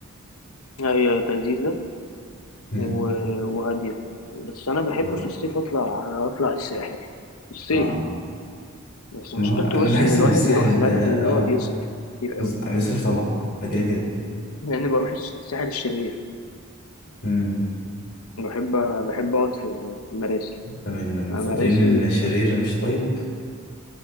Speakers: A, on the left (about 85°); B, on the left (about 50°).
A: هي لذيذه
B: مم.
A: و- وهاديه بس انا بحب
B: بالظبط
A: في الصيف اطلع اطلع الساحل في الصيف
B: اه
A: يعني بس
B: ما
A: مشكلته
B: هو انا
A: بس
B: بحس
A: ان الواحد
B: ان الساحل
A: بيروح هناك
B: ده
A: بيقعد
B: اه
A: يصرف كتير
B: بس-
A: قوي
B: بيصرف طبعا ده كده كده
A: لأني بروح الس- الساحل الشرير
B: مم.
A: بحب بحب أقعد في في مراسي
B: من
A: مراسي
B: مفضلين الشرير مش طيب